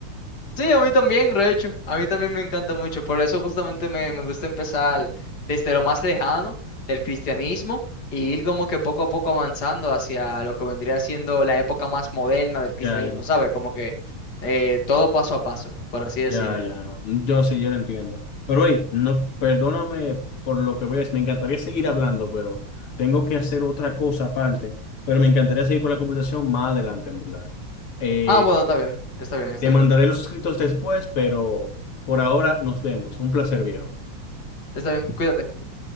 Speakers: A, on the left; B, on the left.
A: Sí, a mí también, de hecho, a mí también me encanta mucho, por eso justamente me, me gusta empezar desde lo más lejano del cristianismo y ir como que poco a poco avanzando hacia lo que vendría siendo la época más moderna del cristianismo,
B: Ya, ya,
A: ¿sabes? Como que eh, todo paso a paso, por así decirlo.
B: ya, ya, no. Yo sí, yo lo entiendo. Pero hey, no, perdóname por lo que voy a decir. Me encantaría seguir hablando, pero tengo que hacer otra cosa aparte. Pero me encantaría seguir con la conversación más adelante, en verdad. Eh,
A: Ah, bueno, está bien, está bien, está
B: Te
A: bien,
B: mandaré los escritos después, pero por ahora nos vemos. Un placer, viejo.
A: está bien, cuídate.